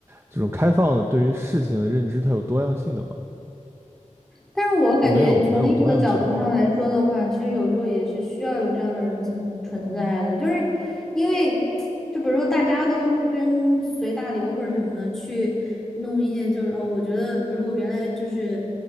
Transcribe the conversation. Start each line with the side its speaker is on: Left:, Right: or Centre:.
Right: 这种开放的对于事情的认知，它有多样性的嘛。
Centre: 但是我感觉从另一个角度上来说的话，
Right: 没有没有多样性。
Centre: 其实有时候也是需要有这样的人存存在的，就是因为就比如说大家都跟随大流或者什么的去弄一些，就是哦，我觉得比如说我原来就是